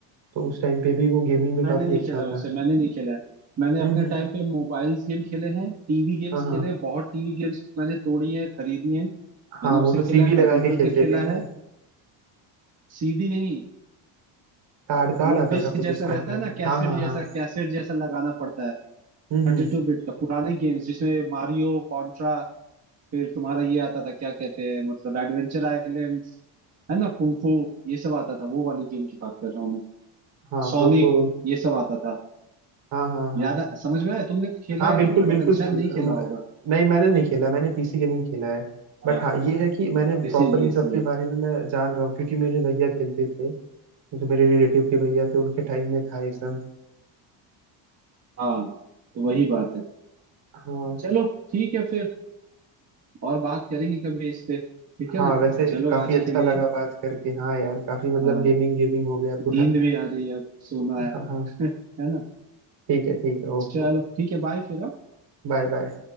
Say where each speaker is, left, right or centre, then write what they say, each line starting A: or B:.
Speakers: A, on the right; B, on the right.
A: तो उस टाइम पे भी वो गेमिंग में
B: मैंने
A: काफी
B: नहीं
A: अच्छा
B: खेला उसे
A: था
B: मैंने नहीं खेला है मैंने अपने
A: हम्म हम्म
B: टाइम पे मोबाइल्स गेम खेले हैं टीवी गेम्स
A: हाँ हाँ
B: खेले हैं बहुत टीवी गेम्स मैंने तोड़ी हैं खरीदी हैं
A: हाँ
B: मैंने उसे
A: वो जो
B: खेला
A: सीडी
B: है
A: लगा
B: कंप्यूटर
A: के खेलते
B: पे खेला
A: थे ना
B: है सीडी नहीं
A: कार्ड कार्ड
B: वो
A: आता
B: डिस्क
A: था कुछ
B: जैसा
A: उसका
B: रहता
A: शायद
B: है ना कैसेट
A: हाँ हाँ
B: जैसा
A: हाँ
B: कैसेट जैसा लगाना पड़ता है
A: हम्म
B: थर्टी
A: हम्म
B: टू बिट का पुराने गेम्स जिसमें मारियो कॉन्ट्रा फिर तुम्हारा ये आता था क्या कहते हैं मतलब एडवेंचर आइलैंड है ना कुंफू ये सब आता था वो वाली गेम की बात कर रहा हूँ मैं
A: हाँ
B: सोनिक
A: वो तो
B: ये सब आता था
A: हाँ हाँ हाँ
B: याद आ, समझ में आया तुमने तो खेला
A: हाँ
B: है
A: बिल्कुल
B: कि नहीं
A: बिल्कुल
B: पता नहीं
A: समझ
B: शायद नहीं खेला होगा
A: नहीं मैंने नहीं खेला मैंने पीसी गेमिंग खेला है
B: हाँ
A: बट हाँ ये है कि मैंने
B: इसीलिए
A: प्रॉपर इन
B: इसीलिए
A: सब के बारे में मैं जान रहा हूँ क्योंकि मेरे भैया खेलते थे जो मेरे रिलेटिव के भैया थे उनके टाइम में था ये सब
B: हाँ तो वही बात है
A: हाँ
B: चलो ठीक है फिर और बात करेंगे कभी इस पे ठीक है
A: हाँ
B: ना
A: वैसे
B: चलो
A: काफी
B: आज
A: अच्छा
B: खेलिए
A: लगा बात करके हाँ यार काफी मतलब
B: हाँ
A: गेमिंग गेमिंग हो गया पूरा
B: नींद भी आ रही है अब सोना है
A: हाँ हाँ
B: <laughs> है ना
A: ठीक है ठीक है ओके
B: चलो ठीक है बाय फिर हाँ?
A: Bye bye